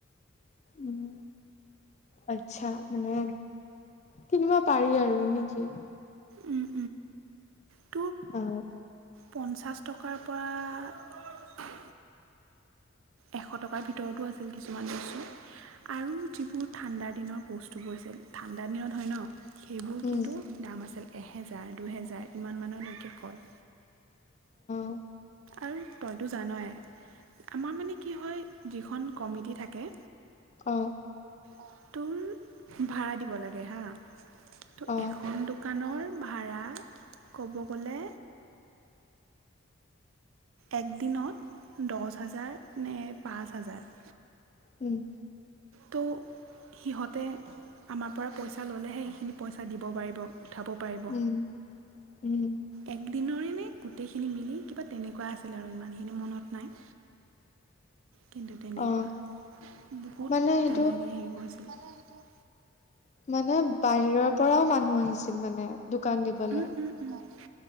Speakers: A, on the left (about 35°); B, on the right (about 80°).
A: উম আচ্ছা! মানে কিনিব পাৰি আৰু নেকি।
B: উম! উ!
A: অ'
B: পঞ্চাছ টকাৰ পৰা এশ টকাৰ ভিতৰতো আছিল কিছুমান বস্তু আৰু যিবোৰ ঠাণ্ডা দিনৰ বস্তুবোৰ আছিল, ঠাণ্ডা দিনত হয় ন'। সেইবোৰ
A: উম
B: কিন্তু দাম আছিল। এহেজাৰ, দুহেজাৰ ইমান মানলৈকে কয়।
A: অ
B: আৰু তইতো জানই আমাৰ মানে কি হয়, যিখন কমিটি থাকে
A: অ'
B: অ' তোৰ ভাড়া দিব লাগে হা। তোৰ
A: অ
B: এখন দোকানৰ ভাড়া ক'ব গ'লে এক দিনত দহ হাজাৰ নে পাঁচ হাজাৰ।
A: উম!
B: তো সিহঁতে আমাৰ পৰা পইচা ল'লেহে, সেইখিনি পইচা দিব পাৰিব। উঠাব পাৰিব
A: উম! উম!
B: একদিনৰে নে গোটেইখিনি মিলি, কিবা তেনেকুৱা আছিল আৰু ইমানখিনি মনত নাই। কিন্তু, তেনেকুৱা
A: অ
B: বহুত
A: মানে সেইটো
B: তেনেকে হেৰি কৰিছে। মানে সইটো
A: মানে, বাহিৰৰ পৰাও মানুহ আহিছিল মানে, দোকান দিবলে।
B: উম উম উম,